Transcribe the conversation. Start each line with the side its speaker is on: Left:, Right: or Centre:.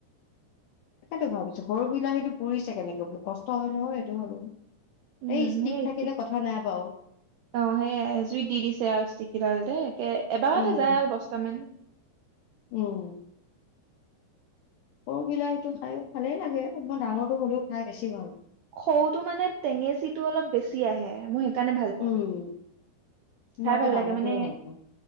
Left: <inaudible> ভাবিছো, সৰু বিলাহীটো পুৰিছে কেনেকে বোলো? কষ্ট হয়, নহয় সেইটো হ'লেও।
Right: উম,
Left: এই ষ্টিক
Right: <inaudible>
Left: থাকিলে কথা নাই বাৰু
Right: অ' সেইয়াই জুইত দি দিছে আৰু ষ্টিকগিদাল দেই। এ এবাৰতে
Left: উম
Right: যায় আৰু দশটামান।
Left: উম। সৰু বিলাহীতটো খায়ো ভালেই লাগে। মই ডাঙৰটো হ'লেও খাই বেছি ভাল
Right: সৰুটো মানে টেঙেচিটো অলপ বেছি আহে। মই সে কাৰণে ভাল পাওঁ।
Left: উম মই
Right: খাই
Left: আকৌ
Right: ভাল
Left: ডাঙৰটোৱে
Right: লাগে মানে।
Left: ভাল পাওঁ